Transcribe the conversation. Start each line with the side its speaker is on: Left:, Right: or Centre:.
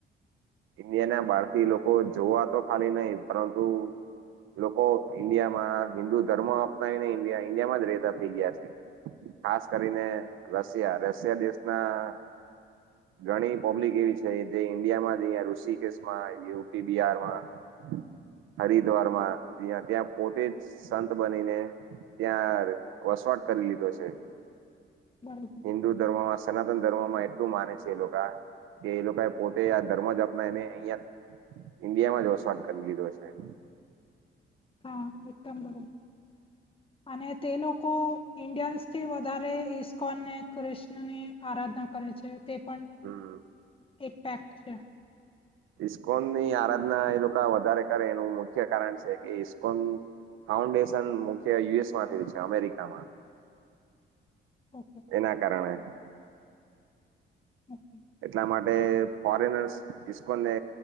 Right: ઈન્ડિયા ના બહાર થી લોકો જોવા તો ખાલી નય પરંતુ- - લોકો ઈન્ડિયામાં હિન્દુ ધર્મ અપનાવીને ઇન્ડિયા ઈન્ડિયા માં જ રહેતા થઇ ગયા છે. ખાસ કરીને રશિયા રશિયા દેશ- - માં ઘણી પબ્લિક એવી છે જે ઇન્ડિયામાં- - જેવા ઋષિકેશ માં, યુપી બિહારમાં- - હરિદ્વારમાં ત્યાં ત્યાં પોતે જ સંત બનીને- - ત્યાં વસવાટ કરી લીધો છે.
Left: બરા- -
Right: હિન્દુ ધર્મમાં, સનાતન ધર્મમાં એટલું માને છે એ લોકો આ- - કે એ લોકો પોતે આ ધર્મ જ અપનાવીને અહંયા- - ઇન્ડિયા માં જ વસવાટ કરી લીધો છે.
Left: હા એકદમ બરો
Right: <inaudible>
Left: અને તે લોકો ઇન્ડિયન્સથી વધારે ઈસ્કોન ને કૃષ્ણ ની- - આરાધના કરે છે તે પણ
Right: હમ
Left: એક ફેક્ટ છે.
Right: ઈસ્કોન ની આરાધના એ લોકો વધારે કરે એનું મુખ્ય કારણ છે કે ઈસ્કોન- - ફાઉન્ડેશન મુખ્ય યુએસ માંથી છે અમેરિકામાં- -
Left: ઓકે.
Right: એના કારણે- -
Left: ઓકે.
Right: એટલા માટે ફોરેનર્સ ઇસ્કોનને